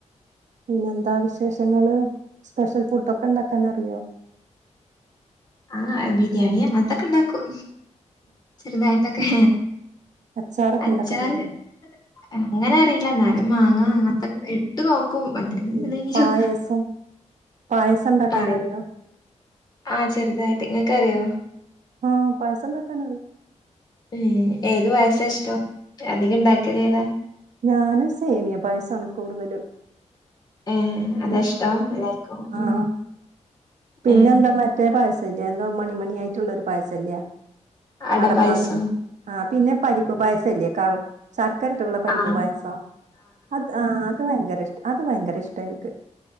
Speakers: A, on the right; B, on the left.
A: പിന്നെ എന്താ വിശേഷങ്ങള് സ്പെഷ്യൽ ഫുഡൊക്കെണ്ടാക്കാൻ അറിയോ
B: ആഹ് ബിരിയാണി അങ്ങനത്തൊക്കെണ്ടാക്കും ചെറുതായിട്ടൊക്കെ
A: അച്ചാറൊക്കെണ്ടാക്കാനറിയോ?
B: അച്ചാറ് അങ്ങനെ അറീയീല്ല എന്നാലും മാങ്ങ അങ്ങത്തെക്കെ ഇട്ട് നോക്കും <unintelligible>
A: ഉം പായസം പായസം ഇണ്ടാക്കാനറിയോ
B: ആഹ് ആഹ് ചെറുതായിട്ട് ഇങ്ങക്ക് അറിയോ
A: ആഹ് പായസം ഒണ്ടാക്കാനറിയാം
B: ഉം ഏത് പായസാ ഇഷ്ടം അധികം ഇണ്ടാക്കലേതാ
A: ഞാന് സേമിയ പായസാണ് കൂടുതലും
B: ഏഹ് അതാ
A: ഉം
B: ഇഷ്ടം എല്ലാർക്കും
A: ആഹ്
B: ഉം
A: പിന്നെ
B: ഏഹ്
A: എന്താ മറ്റ റ്റേ പായസവില്ലേ എന്തോ മണിമണിയായിട്ടുള്ളൊരു പായസല്ലേ
B: അടപ്പായസോ
A: അടപ്രഥമൻ ആഹ് പിന്നെ പരിപ്പ് പായസംല്ലേ ശർക്കാരിട്ടുള്ള പരിപ്പ്
B: ആഹ്
A: പായസോ അത് ആഹ് അത് ഭയങ്കര ഇഷ് അത് ഭയങ്കര ഇഷ്ടാനിക്ക്